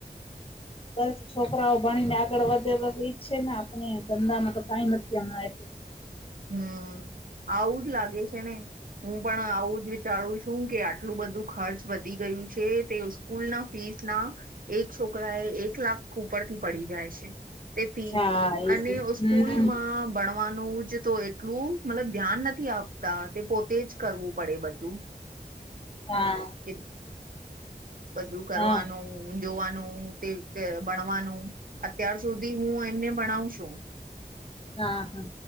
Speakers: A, on the left (about 35°); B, on the right (about 65°).
A: બસ છોકરાઓ ભણીને આગળ વધે ઈચ્છે ને આપણે ધંધામાં તો કઈ નથી અમાર. <inaudible>
B: હમ્મ, આવું જ લાગે છેને. હું પણ આવું જ વિચારું છું કે આટલું બધું ખર્ચ વધી ગયું છે તે સ્કૂલ ના ફીસ ના એક છોકરા એ એક લાખ ઉપરથી પડી જાય છે. તે ફી
A: હા એ
B: અને
A: જ હમ
B: સ્કૂલમાં ભણવાનું જ તો એટલું મતલબ ધ્યાન નથી આપતા તે પોતે જ કરવું પડે બધું.
A: હા.
B: કે બધું કરવાનું.
A: હા
B: જોવાનું તે તે ભણવાનું અત્યાર સુધી હું એમને ભણાવ છું.
A: હા હા.